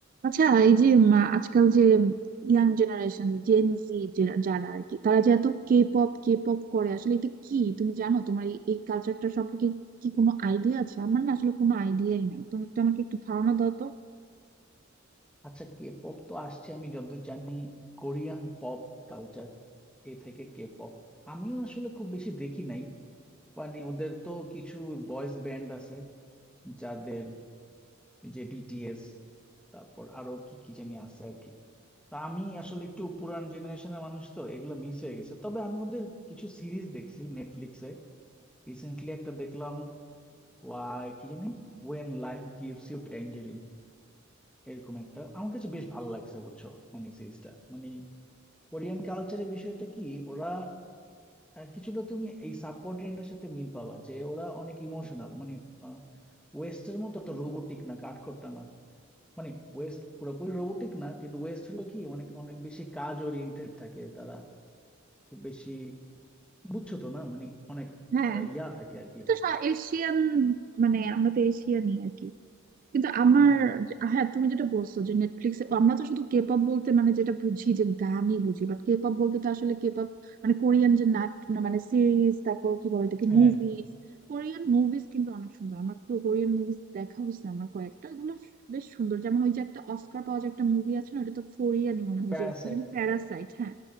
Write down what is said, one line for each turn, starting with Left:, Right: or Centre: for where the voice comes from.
Right: আচ্ছা এই যে উম, আজকাল যে ইয়াং জেনারেশন জেন জি যারা আর কি তারা যে এত কে পপ কে পপ করে আসলে এটা কি তুমি জানো তোমার এই এই কালচারটা সম্পর্কে কি কোনো আইডিয়া আছে আমার না আসলে কোনো আইডিয়াই নাই তুমি একটু আমাকে একটু ধারণা দাও তো
Centre: আচ্ছা K pop তো আসছে আমি যতদূর জানি কোরিয়ান পপ কালচার এ থেকে কে পপ আমিও আসলে খুব বেশি দেখি নাই মানে ওদের তো কিছু বয়েজ ব্যান্ড আছে যাদের এই যে বিটিএস তারপর আরো কি কি জানি আছে আর কি তা আমি আসলে একটু পুরান জেনারেশনের মানুষ তো এগুলো মিস হয়ে গেছে তবে আমি ওদের কিছু সিরিজ দেখছি নেটফ্লিক্সে রিসেন্টলি একটা দেখলাম ওয়াই কি জানি when life gives you tangerine এরকম একটা আমার কাছে বেশ ভালো লাগছে বুঝছো মানে সিরিজটা মানে কোরিয়ান কালচারের বিষয়টা কি ওরা আহ, কিছুটা তুমি এই সাবকন্টিনেন্টের সাথে মিল পাবা যে ওরা অনেক ইমোশনাল মানে ওয়েস্টের মতো তো রোবোটিক না কাঠখোট্টা না মানে ওয়েস্ট পুরোপুরি রোবোটিক না কিন্তু ওয়েস্ট হলো কি অনেক অনেক বেশি কাজ ওরিয়েন্টেড থাকে তারা খুব বেশি বুঝছো তো না মানে অনেক
Right: হ্যাঁ
Centre: আহ, ইয়া থাকে আর কি
Right: তুমি তো সা- এশিয়ান মানে আমরা তো এশিয়ানই আর কি কিন্তু আমার
Centre: হ্যাঁ
Right: হ্যাঁ তুমি যেটা বলছো যে নেটফ্লিক্সে আমরা তো শুধু কেপপ বলতে মানে যেটা বুঝি যে গানই বুঝি বাট কেপপ বলতে তো আসলে কেপপ মানে কোরিয়ান যে নাট না মানে সিরিজ তারপর কি বলে এটাকে
Centre: হ্যাঁ
Right: মুভিজ কোরিয়ান মুভিজ কিন্তু অনেক সুন্দর আমার কোরিয়ান মুভিজ দেখা হয়েছে আমার কয়েকটা এগুলো বেশ সুন্দর যেমন ওই যে একটা অস্কার পাওয়া যে একটা মুভি আছে না ওটা তো কোরিয়ানই মনে হয়
Centre: প্যারাসাইট
Right: যে প্যারাসাইট হ্যাঁ